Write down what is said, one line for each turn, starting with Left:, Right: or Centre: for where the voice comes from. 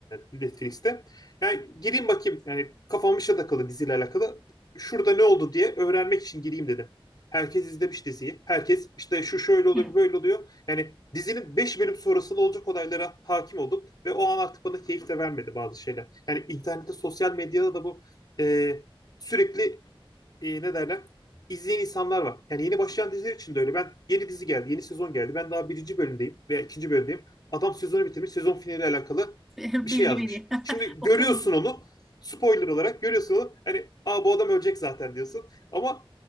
Left: Netflix'te. Yani gireyim bakayım yani kafam işe takılı diziyle alakalı. Şurada ne oldu diye öğrenmek için gireyim dedim. Herkes izlemiş diziyi. Herkes işte şu şöyle oluyor
Centre: Hı.
Left: böyle oluyor. Yani dizinin 5 bölüm sonrasında olacak olaylara hakim oldum. Ve o an artık bana keyif de vermedi bazı şeyler. Yani internette sosyal medyada da bu e, sürekli e, ne derler izleyen insanlar var. Yani yeni başlayan diziler için de öyle. Ben yeni dizi geldi, yeni sezon geldi. Ben daha birinci bölümdeyim veya ikinci bölümdeyim. Adam sezonu bitirmiş, sezon finaliyle alakalı
Centre: <laughs>
Left: bir
Centre: Bilgi
Left: şey yazmış.
Centre: veriyor. <laughs>
Left: Şimdi
Centre: Okumayacağım.
Left: görüyorsun onu. Spoiler olarak görüyorsun onu. Hani aa bu adam ölecek zaten diyorsun. Ama